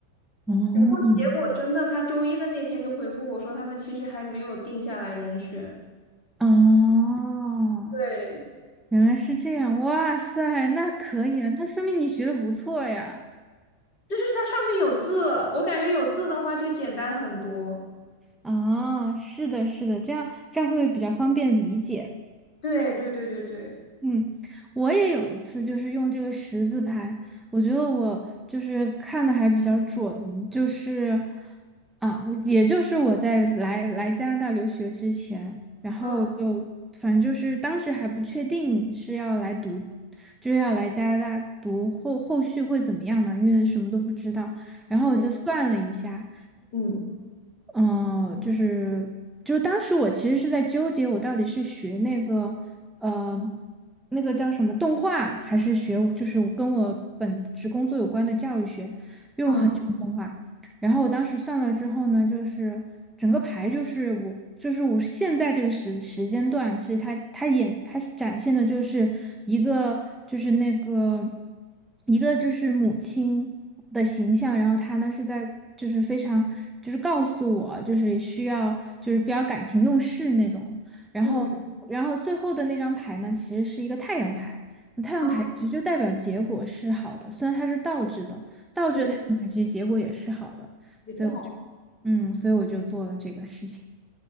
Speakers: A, in the centre; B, on the left (about 40°).
A: 嗯，
B: 然后结果真的，
A: 哦
B: 他周一的那天就回复我说，他们其实还没有定下来人选。
A: 哦，
B: 对，
A: 原来是这样，哇塞，那可以啊，那说明你学的不错呀。
B: 就是它上面有字，我感觉有字的话就简单很多。
A: 啊，是的，是的，这样这样会比较方便理解。
B: 对对对对对，
A: 嗯，我也有一次就是用这个十字牌，我觉得我就是看的还比较准，就是啊，也就是我在来来加拿大留学之前，然后就反正就是当时还不确定是要来读，
B: 嗯，
A: 就是要来加拿大读后后续会怎么样嘛，因为什么都不知道，然后我就算了一下。
B: 对，嗯
A: 嗯，呃就是就是当时我其实是在纠结，我到底是学那个呃那个叫什么动画，还是学就是跟我本职工作有关的教育学，因为我很喜欢动画。
B: 嗯
A: 然后我当时算了之后呢，就是整个牌就是我就是我现在这个时时间段，其实它它演它是展现的就是一个就是那个一个就是母亲的形象，然后她呢是在就是非常就是告诉我就是需要就是比较感情用事那种，然后然后最后的那张牌呢其实是一个太阳牌。
B: 嗯，
A: 太阳牌其实就代表结果是好的，
B: 哦，
A: 虽然它是倒置的，倒置的太阳牌其实结果也是好的。
B: 对，也是好。
A: 所以我就嗯，所以我就做了这个事情。